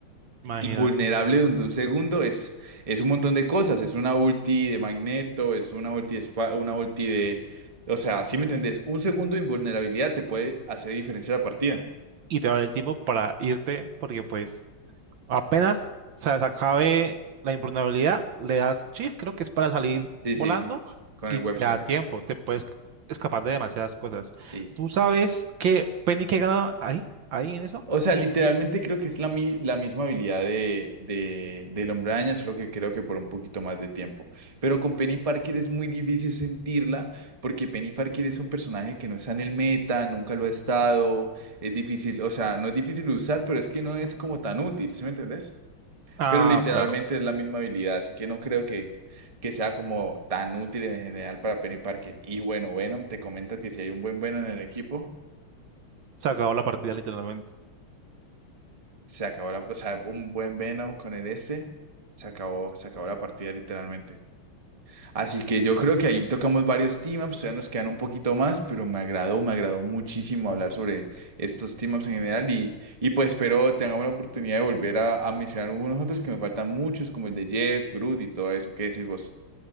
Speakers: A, on the right; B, on the right.
A: Imagínate.
B: Invulnerable donde un segundo es, es un montón de cosas, es una ulti de Magneto, es una ulti de, Spa- una ulti de, o sea, si me entendés? Un segundo de invulnerabilidad te puede hacer diferencia la partida.
A: Y te va a dar el tiempo para irte, porque pues apenas se se acabe la improbabilidad, le das shift, creo que es para salir
B: Sí,
A: volando,
B: sí, con
A: y
B: el web
A: te
B: swing.
A: da tiempo, te puedes escapar de demasiadas cosas.
B: Sí.
A: ¿Tú sabes qué Penny que gana ahí? ¿Ahí en eso?
B: O sea, literalmente creo que es la, mi- la misma habilidad de, de, del Hombre Araña, solo que creo que por un poquito más de tiempo. Pero con Penny Parker es muy difícil sentirla, porque Penny Parker es un personaje que no está en el meta, nunca lo ha estado. Es difícil, o sea, no es difícil de usar, pero es que no es como tan útil, ¿sí me entendés?
A: Ah,
B: Pero literalmente
A: claro.
B: es la misma habilidad, así que no creo que, que sea como tan útil en general para Penny Parker. Y bueno, Venom, te comento que si hay un buen Venom en el equipo.
A: Se acabó la partida literalmente.
B: Se acabó la, o sea, un buen Venom con el este. Se acabó, se acabó la partida literalmente. Así que yo creo que ahí tocamos varios team-ups, todavía nos quedan un poquito más, pero me agradó, me agradó muchísimo hablar sobre estos team-ups en general y, y pues espero tengamos la oportunidad de volver a, a mencionar algunos otros que nos faltan muchos, como el de Jeff, Groot y todo eso. ¿Qué decís vos?